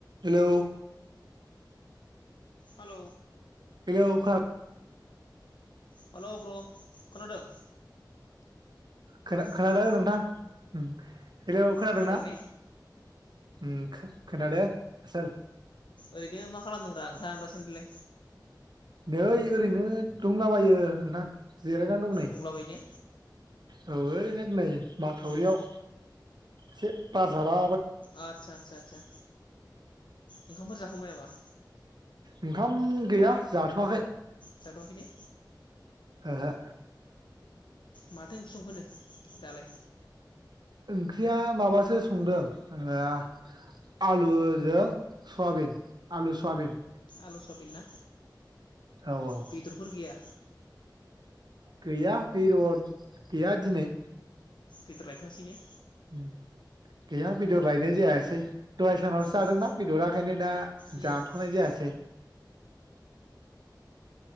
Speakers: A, on the right; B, on the left.
A: Hello
B: hello
A: hello खोना
B: hello ब्र खोनादों?
A: खोना खोनादों
B: हेलौ
A: नोंथां उम। <inaudible> हेलौ खोनादोंना
B: खोनादों ने
A: उम खो खोनादों आसोल।
B: ओरैनो मा खालामदोंब्रा नोंथां दासान्दिलाय
A: नै ओरैनो दंलाबायो नोंथां। जिरायनानै दं नै।
B: दंलाबायो ने
A: औ ओरैनो नै माथावरियाव।
B: उम
A: से बार जाला
B: आथसा सा सा ओंखामफोर जाखांबाय नामा?
A: ओंखाम गैया जाथ'वाखै।
B: जाथ'वाखै ने?
A: ओहो।
B: माथो ओंख्रि संखोनो दालाय?
A: ओंख्रिया माबासो संदों ओ आलुजों सवाबिन आलु सवाबिन।
B: आलु सवाबिन ना?
A: औ औ
B: बेदरफोर गैया?
A: गैया बेदर गैया दिनै।
B: बेदर लायथ'वासैने?
A: उम गैया बेदर लायनाय जायासै दहाय सानावसो जादोंना
B: उम
A: बेदरा ओंखायनो दा
B: उम
A: जाथ'नाय
B: उम
A: जायासै। <inaudible>